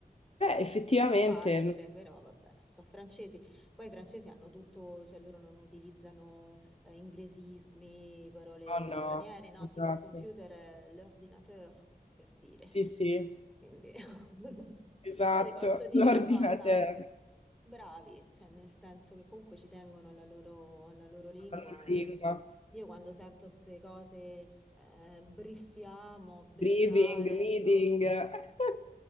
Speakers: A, on the left; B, in the centre.
A: Beh,
B: mh,
A: effettivamente,
B: facile,
A: no,
B: però vabbè, sono francesi. Poi i francesi hanno tutto, cioè loro non utilizzano eh, inglesismi, parole
A: no,
B: straniere, no?
A: esatto.
B: Tipo il computer, è l'ordinateur, per dire.
A: Sì, sì,
B: Quindi... <laughs>
A: esatto,
B: Però ti posso dire
A: <laughs> l'ordinatore.
B: una cosa, bravi, cioè nel senso che comunque ci tengono alla loro, alla loro lingua.
A: alla
B: eh.
A: lingua.
B: Io quando sento queste cose, eh, briffiamo, beggiare,
A: Briefing, reading.
B: no.
A: <laughs>